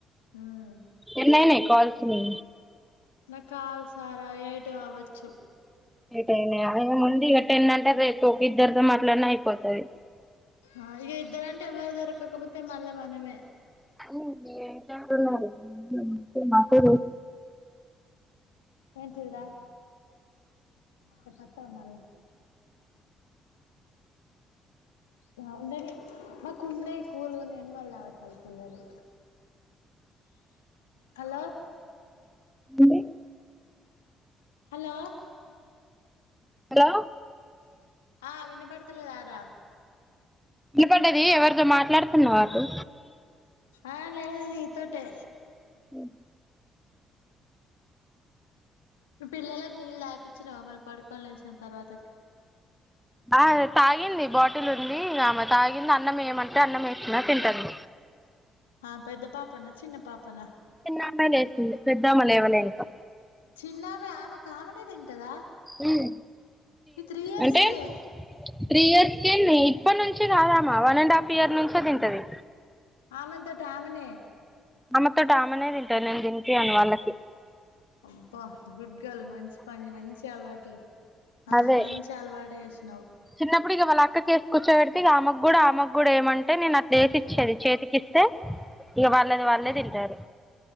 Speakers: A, on the left; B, in the centre.
A: ఉమ్
B: ఎన్నయినయ్ కాల్స్ సరే
A: నాకు కాల్సారా ఎటు కావచ్చు
B: ఏటైన ఏమ్ ఇక టెనంటే రేపు ఒక ఇద్దరితో మాట్లాడి అయిపోతది
A: ఆ ఇగ ఇద్దరు అంటే ఎవ్వరు దొరకకపోతే మళ్ళ మనమే
B: ఉ ఏటట్టున్నారు ఉ మాకు
A: ఏంటి ఇదిరా రేపత్తావా మళ్ళా బాగుండడి మాకు ఉన్నాయి కూలు ఉన్నాని వాళ్ళ అవతాల పిల్లలు హలో
B: బడి
A: హలో
B: హలో
A: ఆ విన్నపడుతులే రా
B: నిలబడ్డది ఎవరితో మాట్లాడుతున్నవా అటు
A: ఆ లేదు నీ తోటే
B: ఉ
A: పిల్లలకి నీళ్ళు తాపిచ్చినవా మరి పడుకొని లే సిన తర్వాత
B: ఆ తాగింది బాటిల్ ఉంది ఆమె తాగింది అన్నం ఏమంటే అన్నం వేస్తున్నా తింటడి
A: ఆ పెద్ద పాపన్న చిన్న పాపన
B: చిన్న అమ్మాయి లేసింది పెద్ద అమ్మ ఏవలే ఇంకా
A: చిన్నమె ఆమెకు ఆమెనే తింటదా
B: ఊం
A: ఈ త్రీ ఇయర్స్
B: అంటే
A: కే
B: త్రీ ఇయర్స్ కెే నీ ఇప్పటి నుంచి కాదమ్మ వన్ అండ్ హాఫ్ ఇయర్ నుంచే తింటది
A: ఆమెంతట ఆమెనే
B: ఆమెతోటి ఆమెనే తింటది నేను తినిపియ్యను వాళ్ళకి
A: అబ్బా గుడ్ మంచి పని మంచి అలవాటు ఆ
B: అదే
A: మంచి అలవాటు చేసినవ్
B: చిన్నప్పుడు ఇక వాళ్ళ అక్కకి వేసి కూర్చోబెడితే ఇగ ఆమెకూడ ఆమెకూడ ఏమంటే నేను అట్లా వేసి ఇచ్చేది చేతికి ఇస్తే ఇగ వాళ్ళది వాళ్ళే తింటరు